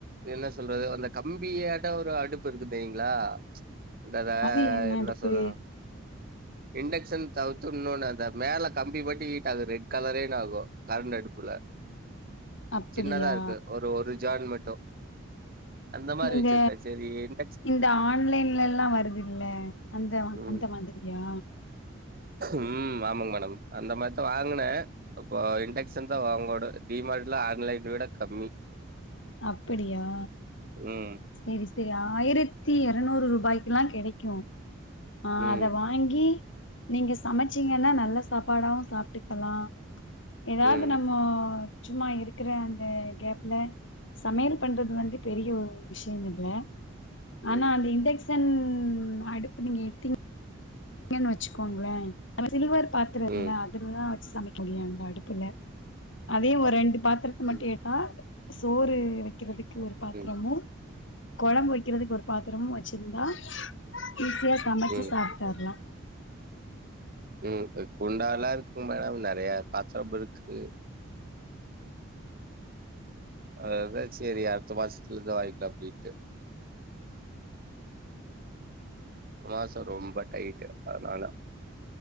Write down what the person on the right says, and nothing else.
என்ன சொல்றது அந்த கம்பியாட்டோ ஒரு அடுப்பு இருக்கு தெரியுங்ளா ந்த த
என்ன
சொல்லனோ இண்டக்ஷன் தவுத்து இன்னோனு அந்த மேல கம்பி போட்டு ஹீட்டா ஆகுதே கலரேனாகோ கரண்டடுப்புல
சின்னதாருக்கோ ஒரு ஒரு ஜான் மட்டோ இதுமாரி
வெச்சிருப்ப செரி இன்
ம்
ம் ஆமாங் மேடம் அந்த மாரிதா வாங்குன இப்போ இண்டெக்ஷன்ஸ்தா வாங்கோடு டிமார்ட்ல ஆன்லைன விட கம்மி
ம்
ம்
ம்
ம்
ம்
ம்
ம்
ம்
ம் குண்டால்லா இருக்கு மேடம் நெறைய பாத்தரமிருக்கு அதுதா சேரி அடுத்த மாசத்துலருந்து வாங்கிக்கலா அப்டின்ட்டு மாசோ ரொம்ப டைட் அதனால